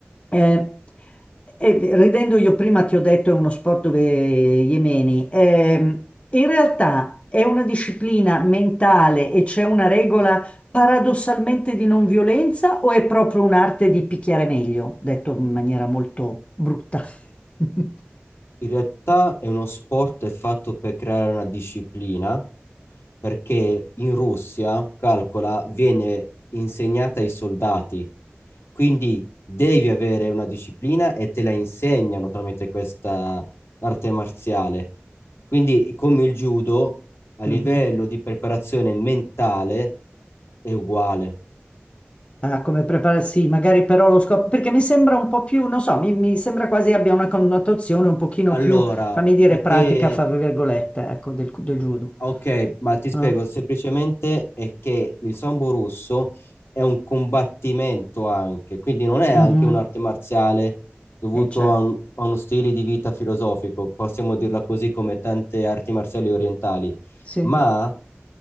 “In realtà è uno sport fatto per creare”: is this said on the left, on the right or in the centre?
Left